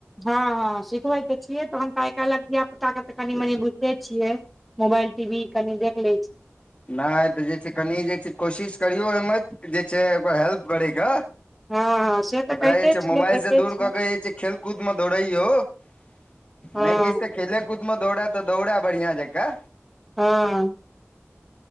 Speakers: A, in the centre; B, on the left.
A: हँ हँ, सिखबै तऽ छियै तहन ताहि कहलक धियापुता के तऽ कनी
B: हँ
A: मनी। बुझ छियै मोबाइल टी वी कनि देख ले छीय।
B: नहि तऽ जे छै कनि जे छै। कोशिश करियौ ओहिमे जे छै, ओकरा हेल्प करैके।
A: हँ हँ से तऽ
B: ओकरा
A: कहिते
B: जे छै
A: छियै
B: मोबाइल
A: देखै
B: सँ दूर
A: छियै
B: कऽ के जे छै। खेलकूदमे दौड़ै यौ नहि
A: हँ
B: किछु तऽ। खेले-कूदमे दौड़ा तऽ दौड़ा बढ़ियाँ जकाँ।
A: हँ